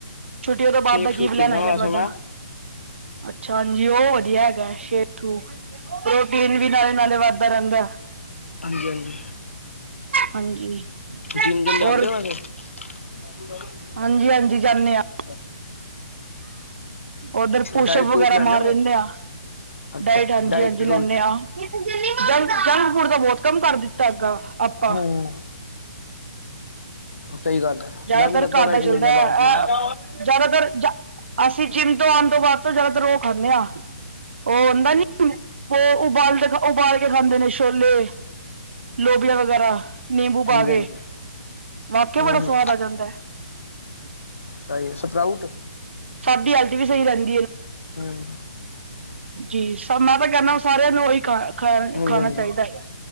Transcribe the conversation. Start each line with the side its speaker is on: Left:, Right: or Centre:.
Right: ਛੁੱਟੀਆਂ ਤੋਂ ਬਾਅਦ
Left: ਸ਼ੇਕ
Right: ਦਾ
Left: ਸ਼ੂਕ
Right: ਕੀ ਪਲੈਨ
Left: ਪੀਂਦਾ
Right: ਹੈਗਾ
Left: ਵੈਸੇ
Right: ਤੁਹਾਡਾ?
Left: ਮੈਂ ਹੂੰ
Right: ਅੱਛਾ ਹਾਂਜੀ। ਉਹ ਵਧੀਆ ਹੈਗਾ <unintelligible> ਬਿਲ ਵੀ ਨਾਲੇ-ਨਾਲੇ ਵੱਧਦਾ ਰਹਿੰਦਾ।
Left: ਹਾਂਜੀ-ਹਾਂਜੀ।
Right: ਹਾਂਜੀ
Left: ਜਿੰਮ-ਜੁਮ ਜਾਂਦੇ
Right: ਹੋਰ
Left: ਹੋ ਵੈਸੇ? <inaudible>
Right: ਹਾਂਜੀ ਹਾਂਜੀ ਜਾਂਦੇ ਹਾਂ। ਓਧਰ ਪੋਸ਼ਪ
Left: ਡਾਇਟ ਡੂਟ
Right: ਵਗੈਰਾ
Left: ਲੈਂਦੇ
Right: ਮਾਰ ਰਹਿੰਦੇ
Left: ਹੋ?
Right: ਆ।
Left: ਅੱਛਾ
Right: ਡਾਇਟ
Left: ਅੱਛਾ
Right: ਹਾਂਜੀ-ਹਾਂਜੀ
Left: ਡੂਇਟ
Right: ਲੈਂਦੇ ਹਾਂ। ਜੰ ਜੰਕ ਫੂਡ ਦਾ ਬਹੁਤ ਕੰਮ ਕਰ ਦਿੱਤਾ ਹੈਗਾ, ਆਪਾਂ।
Left: ਹੂੰ ਸਹੀ ਗੱਲ ਹੈ
Right: ਜ਼ਿਆਦਾਤਰ
Left: ਮੈਂ ਵੀ ਲੱਗਾਗਾ
Right: ਘਰ ਦਾ
Left: ਇੱਕ
Right: ਚੱਲਦਾ
Left: ਮਹੀਨੇ
Right: ਹੈ
Left: ਬਾਅਦ ਜਿਮ
Right: ਅ
Left: ਹੂੰ
Right: ਜ਼ਿਆਦਾਤਰ ਜ ਅਸੀਂ ਜਿੰਮ ਤੋਂ ਆਉਣ ਤੋਂ ਬਾਅਦ ਤੋਂ ਜ਼ਿਆਦਾਤਰ ਓਹ ਖਾਂਦੇ ਹਾਂ। ਉਹ ਆਦਾ ਨੀ ਹ ਉਹ ਉਬਾਲਦੇ ਉਬਾਲ ਕੇ ਖਾਂਦੇ ਨੇ ਸ਼ੇਲੇ, ਲੋਬੀਆਂ ਵਗੈਰਾ। ਨਿੰਬੂ ਪਾ
Left: ਹਾਂਜੀ
Right: ਕੇ,
Left: ਹਾਂਜੀ
Right: ਵਾਕਿਆ
Left: ਹੂੰ
Right: ਬੜਾ
Left: ਹੂੰ
Right: ਸਵਾਦ ਆ ਜਾਂਦਾ ਹੈ।
Left: ਸਹੀ ਹੈ ਸਪਰਾਊਟ
Right: <unintelligible> ਵੀ ਸਹੀ ਜਾ ਕਈ।
Left: ਹੁਂ।
Right: ਜੀ। ਮੈਂ ਤਾਂ ਕਹਿੰਦਾ ਸਾਰਿਆਂ ਨੂੰ ਉਹੀ ਖਾ-ਖਾ-
Left: ਹਾਂਜੀ
Right: ਖਾਣਾ
Left: ਹਾਂਜੀ
Right: ਚਾਹੀਦਾ ਹੈਗਾ।